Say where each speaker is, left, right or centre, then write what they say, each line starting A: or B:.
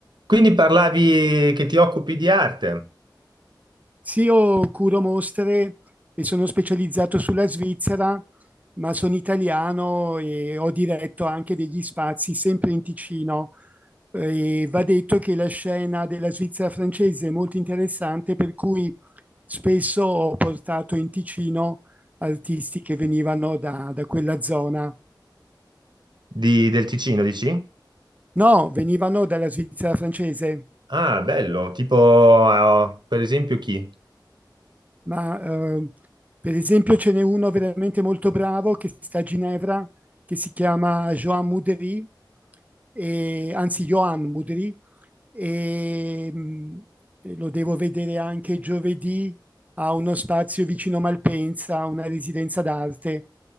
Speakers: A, on the right; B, on the right.
A: Quindi parlavi che ti occupi di arte,
B: Sì, io curo mostre e sono specializzato sulla Svizzera, ma sono italiano e ho diretto anche degli spazi sempre in Ticino. E va detto che la scena della Svizzera francese è molto interessante, per cui spesso ho portato in Ticino artisti che venivano da, da quella zona.
A: di- del Ticino, dici?
B: No, venivano dalla Svizzera francese.
A: Ah, bello, tipo, eh, per esempio chi?
B: ma eh, per esempio ce n'è uno veramente molto bravo che sta a Ginevra, che si chiama Joan Mudry, e- anzi Johan Mudry, e mh, e lo devo vedere anche giovedì a uno spazio vicino Malpensa, a una residenza d'arte,